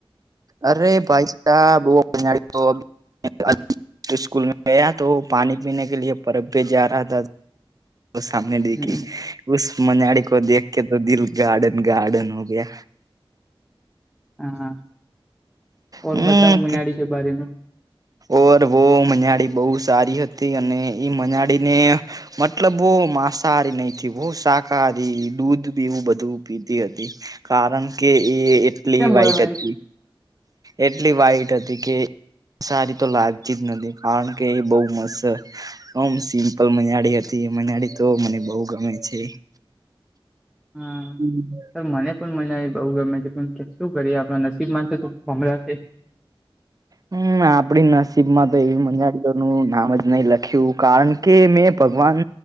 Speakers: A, on the right; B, in the centre.
A: અરે ભાઈસાબ <unintelligible> તો સ્કૂલ મે ગયા તો પાણી પીને કે લીયે પરબ પે જા રહા હતા તો સામને
B: હમ
A: દેખે ઉસ મનાળી કો દેખ કે તો દિલ ગાર્ડન ગાર્ડન હો ગયા
B: હા હા ઓર
A: હમ
B: બતાવ મનાડી
A: કે
B: બારે મે
A: ઓરવો મનાડી બહુ સારી હતી અને ઈ મનાડી ને મતલબ વો માંસાહારી નહીં થી શાકાહારી દૂધ બી એવું બધું પીતી હતી કારણ કે એ એટલી
B: કેમ
A: વાઈટ
B: બોલે મારી
A: હતી એટલી વાઈટ હતી કે સારી તો લાગતી જ નથી કારણ કે એ બહુ મસ્ત હમ સિમ્પલ મનાળી હતી એ મનાળી તો મને બહુ ગમે છે.
B: હા
A: હમ
B: સર મને પણ મનાડી બહુ ગમે છે શું કરીએ આપણા નસીબમાં <unintelligible>
A: હમ આપડી નસીબ માં તો એવી મંનાળી ઓનું નામ જ નહી લખ્યું કારણ કે મેં ભગવાન